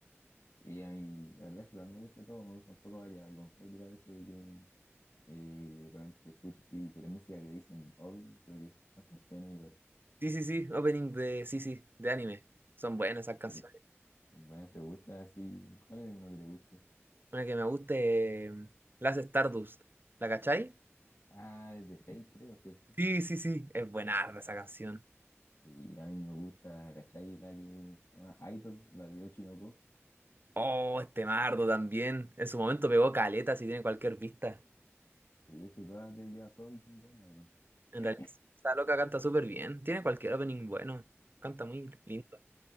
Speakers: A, on the left; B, on the right.
A: Y a mí, la verdad es que igual me gusta todo, me gusta un poco variado. Y concuerdo igual eso de que eh, de repente escucho así, que la música que le dicen opening, creo que son canciones igual.
B: Sí, sí, sí. Opening de, sí, sí, de anime. Son buenas esas canciones.
A: sí. Bueno, ¿te gusta así? ¿Cuál es uno que te guste?
B: Una que me guste, em, la hace Stardust. ¿La cachai?
A: Ah, es de Fate, creo, ¿cierto?
B: Sí, sí, sí. Es buena esa canción.
A: Sí, a mí me gusta, ¿cachai? La que se llama Idol, la de Ochinoco.
B: Oh, este Mardo también. En su momento pegó caleta si tiene cualquier vista.
A: Sí, es que todas de YOASOBI son buenas, weón. <clears throat>
B: En
A: Sí,
B: realidad, esa loca canta súper bien. Tiene cualquier opening bueno. Canta muy lindo.